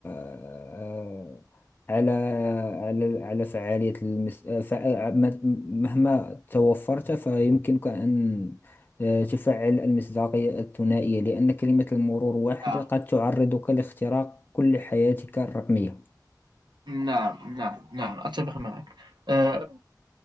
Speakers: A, on the left; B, on the right.
A: آه، على على على فعالية المس... فع... مهما توفرت فيمكنك أن آه، تفعل المصداقية الثنائية لأن كلمة المرور واحدة
B: نعم
A: قد تعرضك لاختراق كل حياتك الرقمية
B: نعم نعم نعم أتفق معك أه،